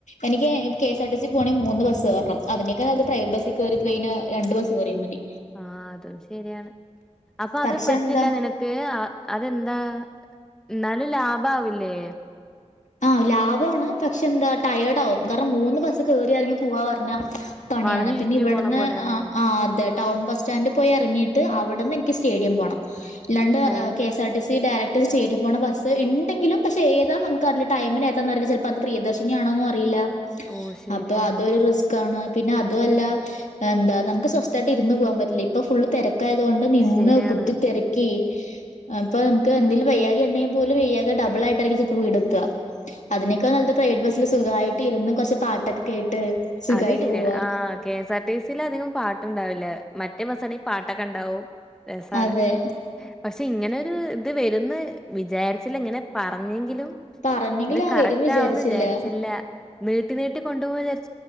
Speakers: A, on the left; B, in the centre.
A: എനിക്ക് കെസ്ആർ ടി സി പോണെങ്കിൽ മൂ മൂന്ന് ബസ് കയറണം അതിനേക്കാെ അത് പ്രൈറ്റ് ബസ്ൽ കയറി ടെയിന് രണ്ട് ബസ് കറിയാ മതി
B: ആ അതും ശരിയാണ് അപ്പൊ അത്
A: പക്ഷെ
B: പറ്റില്ല
A: എന്താ
B: നിനക്ക് അതെന്താ എന്നാലും ലാഭ ആവില്ലേ
A: ആ ലാഭമാണ് പക്ഷെ എന്താ ടയേർഡ് ആവും കാരണം മൂന്ന് ബസ്സ് ക കേറി ഇറങ്ങി പോവാ പറഞ്ഞ പണിയാണ്
B: വളഞ്ഞു
A: പിന്നെ
B: ചുറ്റി
A: ഇവിടുന്ന്
B: പോണ പോലെയാണോ
A: ആ അതെ ടൗൺ ബസ് സ്റ്റാൻഡിൽ പോയി ഇറങ്ങിയിട്ട് അവിടുന്ന് എനിക്ക് സ്റ്റേഡിയം പോണം ഇല്ലാണ്ട്
B: ഓ
A: KSR T C direct stadium പോുന്ന ബസ് ഉെങ്കിലും പക്ഷെ താ നമു അറിയി <unintelligible> ചിലപ്പോ അത് പ്രിയദർശിനിയാോന്ന അറിയില്ല
B: ഓ ശരിയാണ്
A: അപ്പൊ അതൊരു റിസ്ക്കാണ് പിന്നെ അതും അല്ല എന്താ നമുക്ക് സ്വസ്ഥമായിട്ട് ഇരുന്ന് പോകാൻ പറ്റില്ല ഇപ്പൊ ഫുള് തിരക്കായതുകൊണ്ട് ഒണ്
B: ശരിയാണ്
A: കുത്തിത്തെരക്കി അപ്പൊ നമുക്ക് എന്തേങ്കും വയ്യാകെ ഉണ്ടെങ്കിൽ പോലും വെയ്യാക ഡബിൾ ആയിട്ടായിരിക്കും ചിലപ്പോ വീടെ എത്തുക അതിനൊക്കെ നല്ലത് പ്രൈവറ്റ് ബസ്സില് സുഖമായിട്ട് ഇരുന്ന് കുറച്ച് പാട്ടൊക്കെ കേട്ട് സുഖായിട്ട്
B: അത് ശരിയാണ്
A: പോവാ.
B: ആ കെഎസ് ആർ ടി സിൽ അധികം പാട്ടു ഉണ്ടാവില്ല മറ്റേ ബസണ പാട്ടൊക്കെ ഉണ്ടാവും രസമാണ്
A: അതെ
B: പക്ഷെ ഇങ്ങനെൊരു ഇത് വരുന്ന് വിചാരിച്ചില്ല ഇങ്ങനെ പറഞ്ഞെങ്കിലും
A: പറഞ്ഞെങ്കിലും
B: ഇത്
A: ആ
B: കറക്റ്റ്
A: വരും വിചാരിച്ചില്ല.
B: ആവുന്നു വിചരിച്ചില്ല നീട്ടി നീട്ടി കൊണ്ടുപോകുന്ന് വിചാരിച്ച